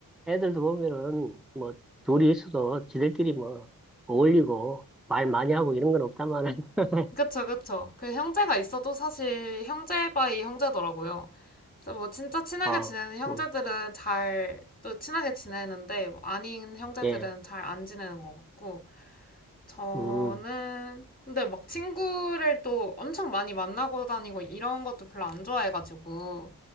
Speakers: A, in the centre; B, on the left.
A: 애들도 보면은 뭐 둘이 있어도 지들끼리 뭐 어울리고 말 많이 하고 이런 건 없다마는 <laughs>
B: 그쵸, 그쵸. 그 형제가 있어도 사실 형제 바이 형제더라고요. 그래서 뭐 진짜 친하게
A: 아,
B: 지내는 형제들은
A: 음,
B: 잘 또 친하게 지내는데 뭐 아닌 형제들은
A: 예,
B: 잘 안 지내는 것 같고 저는
A: 음,
B: 근데 막 친구를 또 엄청 많이 만나고 다니고 이런 것도 별로 안 좋아해가지고